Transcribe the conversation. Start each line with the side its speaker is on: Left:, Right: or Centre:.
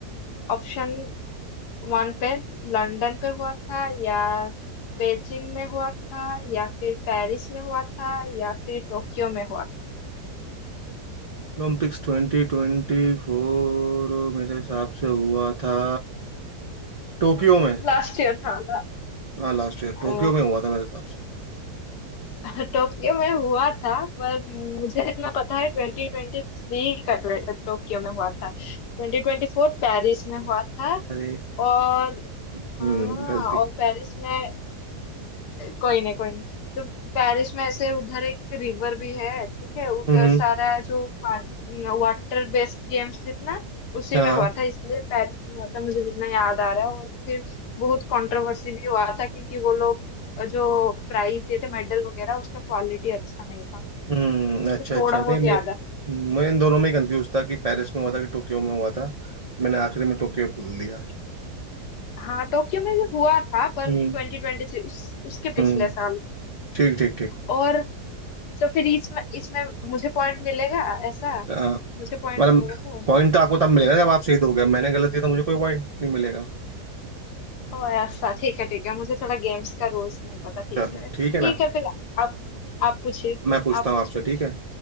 Left: ऑप्शन वन पे लंदन पे हुआ था या बेजिंग में हुआ था या फिर पेरिस में हुआ था या फिर टोक्यो में हुआ था
Right: ओलंपिक्स ट्वेंटी ट्वेंटी फोर मेरे हिसाब से हुआ था टोक्यो में
Left: लास्ट ईयर था ना
Right: हाँ लास्ट ईयर
Left: अ,
Right: टोक्यो में हुआ था मेरे हिसाब से
Left: <laughs> टोक्यो में हुआ था पर मुझे इतना पता है 2023 का ट्वे- टोक्यो में हुआ था 2024 पेरिस में हुआ था
Right: अरे
Left: और
Right: हम्म
Left: हाँ
Right: गलती
Left: और पेरिस में कोई नहीं कोई नहीं तो पेरिस में ऐसे उधर एक रिवर भी है ठीक है उधर
Right: हम्म हम्म,
Left: सारा जो वाटर बेस्ड गेम्स जितना उसी
Right: हाँ
Left: में
Right: हाँ
Left: हुआ था इसलिए पेरिस में हुआ था मुझे जितना याद आ रहा है और फिर बहुत कंट्रोवर्सी भी हुआ था क्योंकि वो लोग जो प्राइज देते थे मेडल वगैरह उसका क्वालिटी अच्छा नहीं था
Right: हम्म
Left: मुझे
Right: अच्छा अच्छा
Left: थोड़ा
Right: नहीं
Left: बहुत याद
Right: मैं
Left: है
Right: मैं इन दोनों में कंफ्यूज था कि पेरिस में हुआ था कि टोक्यो में हुआ था मैंने आखिरी में टोक्यो बोल दिया
Left: हाँ टोक्यो में भी हुआ था पर
Right: हम्म
Left: ट्वेंटी ट्वेंटी थ्री उस उसके पिछले
Right: हम्म
Left: साल
Right: ठीक ठीक ठीक
Left: और तो फिर इसमें इसमें मुझे पॉइंट मिलेगा ऐसा
Right: हाँ
Left: मुझे पॉइंट
Right: मतलब
Left: मिलेगा तो?
Right: पॉइंट तो आपको तब मिलेगा जब आप सही दोगे मैंने गलत दिया तो मुझे कोई पॉइंट नहीं मिलेगा
Left: ओ ऐसा ठीक है ठीक है मुझे थोड़ा गेम्स का रूल्स नहीं पता ठीक
Right: चलो
Left: से ठीक
Right: ठीक है ना
Left: है फिर आप आप पूछिए
Right: मैं पूछता
Left: आप
Right: हूँ
Left: पूछिए
Right: आपसे ठीक
Left: कुछ
Right: है